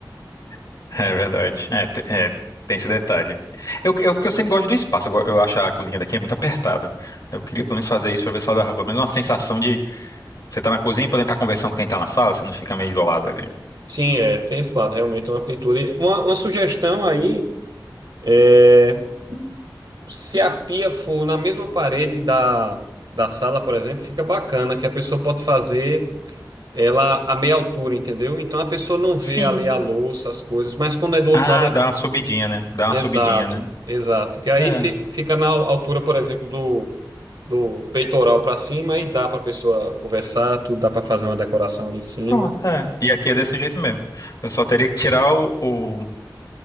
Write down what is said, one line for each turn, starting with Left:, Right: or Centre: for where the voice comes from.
Left: <laughs> é verdade. É, te- é, tem esse detalhe. Eu, eu, porque eu sempre gosto do espaço, eu, go- eu acho a cozinha daqui é muito apertada. Eu queria pelo menos fazer isso pra ver se ela dava pelo menos uma sensação Você tá na cozinha podendo estar conversando com quem tá na sala, você não fica meio isolado ali.
Right: Sim, é, tem esse lado, realmente uma amplitude. Uma, uma sugestão aí é se a pia for na mesma parede da, da sala, por exemplo, fica bacana, que a pessoa pode fazer ela a meia altura, entendeu? Então a pessoa não vê
Left: Sim.
Right: ali a louça, as coisas, mas quando é do outro
Left: Ah,
Right: lado é,
Left: dá uma subidinha, né? Dá
Right: Exato,
Left: uma subidinha, né?
Right: exato. Porque aí
Left: É.
Right: fi- fica na altura, por exemplo, do, do peitoral para cima e dá para a pessoa conversar, tudo dá para fazer uma decoração ali em cima.
Left: Pronto, é. E aqui é desse jeito mesmo. Eu só teria que tirar o, o-